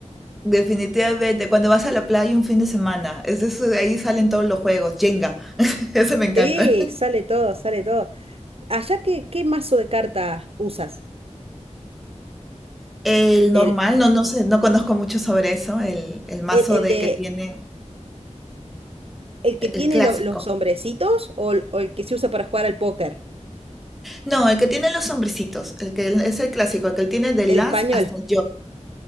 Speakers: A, in the centre; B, on the right.
A: Definitivamente, cuando vas a la playa un fin de semana, es de eso- de ahí salen todos los juegos. Jenga, <laughs> ese me encanta.
B: Sí, sale todo, sale todo. Allá, ¿qué, qué mazo de cartas usas?
A: El
B: ¿El,
A: normal, no, no sé, no conozco mucho sobre eso. El, el mazo
B: el, el
A: de
B: de
A: que tiene
B: el que
A: el
B: tiene
A: clásico.
B: lo- los hombrecitos o, el o el que se usa para jugar al póker?
A: No, el que tiene los hombrecitos, el que es el clásico, el que tiene de
B: El
A: las
B: español,
A: hasta el